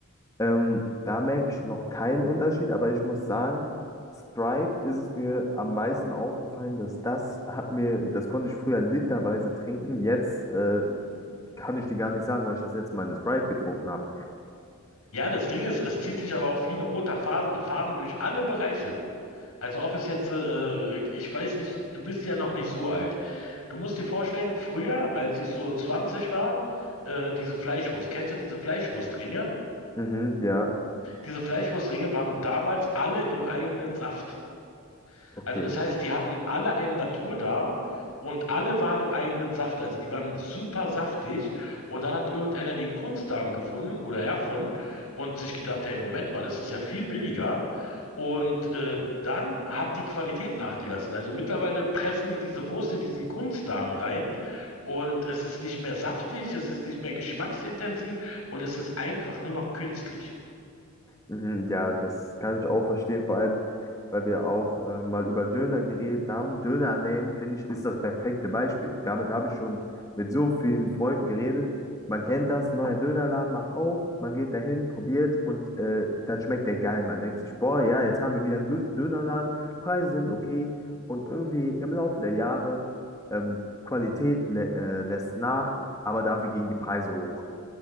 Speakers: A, on the left; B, on the left.
A: Ähm, da merke ich noch keinen Unterschied, aber ich muss sagen, Sprite ist es mir am meisten aufgefallen, dass das hat mir, das konnte ich früher literweise trinken. Jetzt äh, kann ich die gar nicht sagen, weil ich das letzte Mal eine Sprite getrunken habe.
B: Ja, das Ding ist, es zieht sich aber auch wie ein roter Fas- Faden durch alle Bereiche. Also ob es jetzt, äh, äh, ich weiß nicht, du bist ja noch nicht so alt. Du musst dir vorstellen, früher, als ich so 20 war, äh, diese Fleischwurst, kennst du diese Fleischwurstringe?
A: Mhm, ja,
B: Diese Fleischwurstringe waren damals alle im eigenen Saft.
A: okay.
B: Also das heißt, die hatten alle einen Naturdarm und alle waren im eigenen Saft. Also die waren super saftig. Und dann hat irgendeiner den Kunstdarm gefunden oder erfunden und sich gedacht, hey, Moment mal, das ist ja viel billiger. Und äh, dann hat die Qualität nachgelassen. Also mittlerweile pressen die diese Wurst in diesen Kunstdarm rein und es ist nicht mehr saftig, es ist nicht mehr geschmacksintensiv und es ist einfach nur noch künstlich.
A: Mhm, ja, das kann ich auch verstehen, vor allem, weil wir auch äh, mal über Döner geredet haben. Dönerläden, finde ich, ist das perfekte Beispiel. Damit habe ich schon mit so vielen Freunden geredet. Man kennt das, neuer Dönerladen macht auf, man geht dahin, probiert und äh, dann schmeckt der geil. Man denkt sich, boah, ja, jetzt haben wir wieder einen guten Dönerladen, Preise sind okay und irgendwie im Laufe der Jahre ähm, Qualität lä äh, lässt nach, aber dafür gingen die Preise hoch.